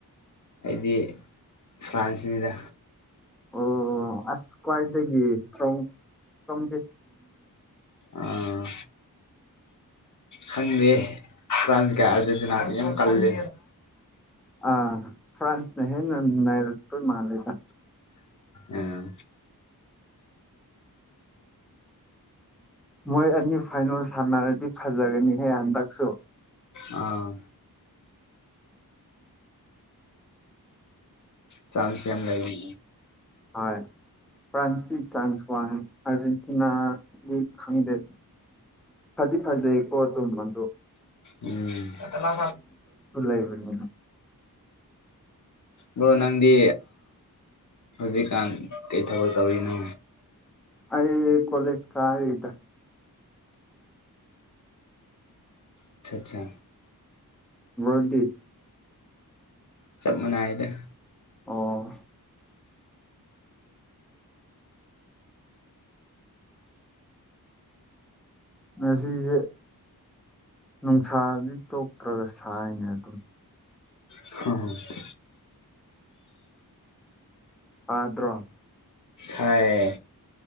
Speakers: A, on the left; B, in the centre.
A: ꯑꯩꯗꯤ ꯐ꯭ꯔꯥꯟꯁꯅꯤꯗ
B: ꯑꯣ ꯑꯁ ꯈ꯭ꯋꯥꯏꯗꯒꯤꯦꯁꯤꯡꯉꯦ
A: ꯑꯥ ꯈꯪꯗꯦ ꯐ꯭ꯔꯥꯟꯁ ꯀ ꯑꯥꯔꯖꯦꯟꯇꯤꯅꯥꯅꯤꯌꯝ ꯀꯜꯂꯦ
B: ꯑ ꯐ꯭ꯔꯥꯟꯁꯅꯦ ꯍꯦ ꯅꯔ ꯃꯥ ꯂꯩꯗ
A: ꯎꯝ
B: ꯃꯣꯏ ꯑꯅꯤ ꯐꯥꯏꯅꯦꯜ ꯁꯥꯟꯅꯔꯗꯤ ꯐꯖꯒꯅꯤꯍꯦ ꯍꯟꯗꯛꯁꯨ
A: ꯑꯥ ꯆꯥꯟꯁ ꯌꯥꯝ ꯂꯩ
B: ꯍꯣꯏ ꯐ꯭ꯔꯥꯟꯁꯁꯤ ꯆꯥꯟꯁ ꯋꯥꯟ ꯑꯔꯖꯦꯟꯇꯤꯅꯥꯒꯤ ꯈꯗ ꯐꯖꯤ ꯐꯖꯩ ꯀꯣ ꯇ ꯃꯗꯨ
A: ꯎꯝ ꯑ ꯂ
B: ꯂꯩꯕꯅꯤꯅ
A: ꯕ꯭ꯔꯣ ꯅꯪꯗꯤ ꯍꯧꯖꯤꯛꯀꯥꯟ ꯀꯩ ꯊꯕꯛ ꯇꯧꯔꯤꯅꯣ
B: ꯑꯩ ꯀꯣꯂꯦꯖ ꯈꯗ
A: ꯑꯆꯥ ꯑꯠꯆꯥ
B: ꯋꯥꯔꯗꯤ
A: ꯆꯞ ꯃꯅꯥꯏꯗ
B: ꯑꯣ ꯁꯦ ꯅꯨꯡꯁꯥꯗꯤ ꯇꯣꯛꯇ꯭ꯔꯒ ꯁꯥꯏꯅꯦ ꯑꯗꯨꯝ
A: ꯁꯥꯏ
B: ꯑꯠꯇ꯭ꯔꯣ
A: ꯍꯥꯏ